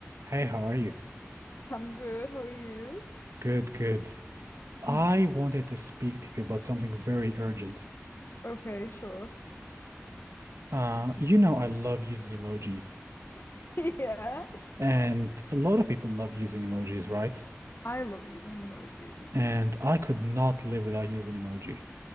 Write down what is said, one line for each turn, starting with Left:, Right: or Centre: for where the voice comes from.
Right: Hey, how are you?
Left: I'm good. How are you?
Right: Good, good.
Left: <laughs>
Right: I wanted to speak to you about something very urgent.
Left: Okay, sure.
Right: Uh, you know, I love using emojis,
Left: <laughs> Yeah.
Right: and a lot of people love using emojis, right?
Left: I love using emojis.
Right: And I could not live without using emojis.